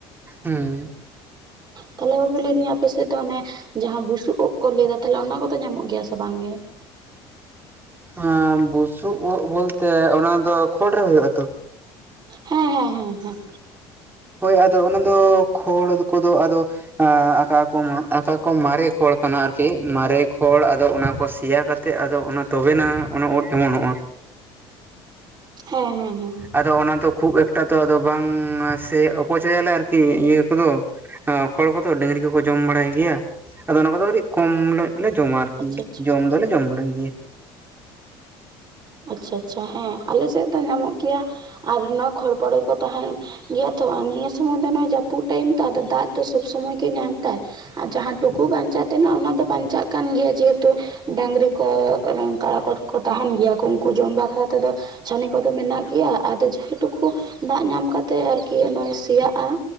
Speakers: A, on the right; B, on the right.
A: ᱦᱩᱸ᱾
B: ᱛᱟᱦᱞᱮ ᱵᱟᱹᱵᱩ ᱞᱟᱹᱭ ᱫᱤᱧ ᱟᱯᱮᱥᱮᱫ ᱫᱚ ᱚᱱᱮ ᱡᱟᱦᱟᱸ ᱵᱩᱥᱩᱵ ᱳᱜ ᱠᱚ ᱞᱟᱹᱭ ᱫᱟ ᱛᱟᱦᱞᱮ ᱚᱱᱟ ᱠᱚᱫᱚ ᱧᱟᱢᱚᱜ ᱜᱮᱭᱟ ᱥᱮ ᱵᱟᱝᱜᱮ?
A: ᱮᱸ ᱵᱩᱥᱩᱵ ᱳᱜ ᱵᱚᱞᱛᱮ ᱚᱱᱟ ᱫᱚ ᱠᱷᱚᱲ ᱨᱮ ᱦᱩᱭᱩᱜ-ᱟ ᱛᱚ?
B: ᱦᱮᱸ ᱦᱮᱸ ᱦᱮᱸ ᱦᱮᱸ᱾
A: ᱦᱳᱭ ᱟᱫᱚ ᱚᱱᱟ ᱫᱚ ᱠᱷᱚᱲ ᱠᱚᱫᱚ ᱟᱫᱚ? ᱟ ᱟᱠᱟ ᱠᱚ ᱟᱠᱟ ᱠᱚ ᱢᱟᱨᱮ ᱠᱷᱚᱲ ᱠᱟᱱᱟ ᱟᱨᱠᱤ, ᱢᱟᱨᱮ ᱠᱷᱚᱲ ᱟᱫᱚ ᱚᱱᱟᱠᱚ ᱥᱮᱭᱟ ᱠᱟᱛ ᱛᱮ ᱟᱫᱚ ᱚᱱᱟ ᱛᱚᱵᱮ ᱱᱟ ᱚᱱᱟ ᱳᱴ ᱚᱢᱚᱱᱚᱜᱼᱟ᱾
B: ᱦᱮᱸ ᱦᱮᱸ ᱦᱮᱸ᱾
A: ᱟᱫᱚ ᱚᱱᱟ ᱫᱚ ᱠᱷᱩᱵ ᱮᱠᱴᱟ ᱛᱚ ᱟᱫᱚ ᱵᱟᱝ ᱥᱮ ᱚᱯᱚᱪᱚᱭᱚᱞᱮ ᱟᱨᱠᱤ ᱤᱭᱟᱹ ᱠᱚᱫᱚ᱾ ᱚ ᱠᱷᱚᱲ ᱠᱚᱫᱚ ᱰᱟᱹᱝᱨᱤ ᱠᱚᱠᱚ ᱡᱚᱢ ᱵᱟᱲᱟᱭ ᱜᱮᱭᱟ᱾ ᱟᱫᱚ ᱚᱱᱟ ᱠᱚᱫᱚ ᱠᱟᱹᱴᱤᱜ ᱠᱚᱢ ᱞᱮ ᱚᱱᱮ ᱡᱚᱢᱟ ᱟᱨᱠᱤ
B: ᱟᱪᱪᱷᱟ ᱟᱪᱪᱷᱟ
A: ᱡᱚᱢ ᱫᱚᱞᱮ ᱡᱚᱢ ᱵᱟᱲᱟᱭ ᱜᱮᱭᱟ᱾
B: ᱟᱪᱷᱟ ᱟᱪᱷᱟ ᱦᱮᱸ ᱟᱞᱮ ᱥᱮᱫ ᱫᱚ ᱧᱟᱢᱚᱜ ᱜᱮᱭᱟ᱾ ᱟᱨ ᱱᱚᱣᱟ ᱠᱷᱚᱲ ᱯᱚᱲᱚᱭ ᱠᱚ ᱛᱟᱦᱮᱱ᱾ ᱜᱮᱭᱟ ᱛᱚ ᱟᱨ ᱱᱤᱭᱟᱹ ᱥᱚᱢᱚᱭ ᱫᱚ ᱡᱟᱹᱯᱩᱫ ᱴᱟᱭᱤᱢ ᱛᱚ ᱟᱫᱚ ᱫᱟᱜ ᱫᱚ ᱥᱚᱵ ᱥᱚᱢᱚᱭ ᱜᱮ ᱧᱟᱢ ᱫᱟᱭ, ᱟᱨ ᱡᱟᱦᱟᱸ ᱴᱩᱠᱩ ᱵᱟᱧᱪᱟ ᱛᱮᱱᱟᱜ ᱚᱱᱟ ᱫᱚ ᱵᱟᱧᱪᱟᱜ ᱠᱟᱱ ᱜᱮᱭᱟ ᱡᱮ ᱛᱚ ᱰᱟᱹᱝᱨᱤ ᱠᱚ ᱚᱱᱚᱝᱠᱟ ᱠᱚᱴᱠᱚ ᱛᱟᱦᱮᱱ ᱜᱮᱭᱟ ᱠᱚ, ᱩᱱᱠᱩ ᱡᱚᱢ ᱵᱟᱠᱷᱨᱟ ᱛᱮᱫᱚ ᱪᱷᱟᱹᱱᱤ ᱠᱚᱫᱚ ᱢᱮᱱᱟᱜ ᱜᱮᱭᱟ᱾ ᱟᱫᱚ ᱡᱷᱮ ᱴᱩᱠᱩ ᱫᱟᱜ ᱧᱟᱢ ᱠᱟᱛᱮᱜ ᱟᱨᱠᱤ ᱱᱚᱭ ᱥᱮᱭᱟᱜᱼᱟ᱾